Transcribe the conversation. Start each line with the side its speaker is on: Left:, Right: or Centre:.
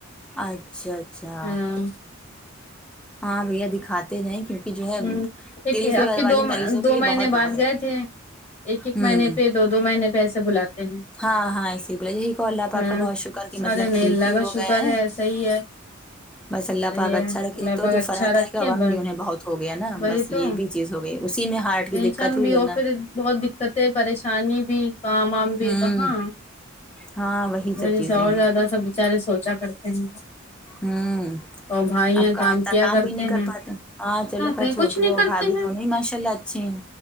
Centre: اچھا اچھا
Left: ہاں
Centre: ہاں بھیا دکھاتے نہیں کیونکہ جو
Left: ہوں
Centre: ہے
Left: ایک
Centre: دل کے
Left: اب
Centre: والے
Left: دو
Centre: مریضوں کے
Left: دو
Centre: لیے
Left: مہینے
Centre: بہت
Left: بعد
Centre: وہ ہے
Left: گئے تھے ایک ایک
Centre: ہوں
Left: مہینے پہ دو دو مہینے پہ ایسے بلاتے ہے
Centre: ہاں ہاں اسی بولے یہی کو اللہ پاک
Left: ہاں
Centre: کا بہت شکر کہ مطلب
Left: ارے نہیں
Centre: ٹھیک
Left: اللہ
Centre: ہی
Left: کا
Centre: ہو
Left: شکر
Centre: گئے ہیں
Left: ہے صحی ہے
Centre: بس اللہ پاک
Left: یہ
Centre: اچھا رکھے ایک
Left: لگ
Centre: تو
Left: بھگ
Centre: جو
Left: اچھا
Centre: فرحت بھائی
Left: رکھے
Centre: کا غم
Left: بس
Centre: بھی انہیں بہت ہو گیا نا
Left: وہی
Centre: بس یہ
Left: تو
Centre: بھی چیز ہو گئی اسی میں ہارٹ کی
Left: ٹینشن
Centre: دقت ہوئی
Left: بھی
Centre: ورنہ
Left: ہو پھر بہت دی کتھ ہے پریشانی بھی کام وام بھی
Centre: ہوں
Left: کہاں
Centre: ہاں وہی
Left: اس
Centre: سب
Left: وجہ
Centre: چیزیں
Left: سے اور
Centre: ہیں
Left: زیادہ سب بچارے سوچا کرتے ہیں
Centre: ہمم
Left: اور بھائی
Centre: اپ
Left: ہیں
Centre: کہاں اتا
Left: کیا
Centre: کام
Left: کرتے
Centre: بھی نہیں کر
Left: ہیں
Centre: پاتے ہاں چلو خیر
Left: کہیں
Centre: چھوٹو
Left: کچھ نہیں
Centre: ہو
Left: کرتے
Centre: بھابہی
Left: ہیں
Centre: دونوں ہی ماشاء اللہ اچھے ہیں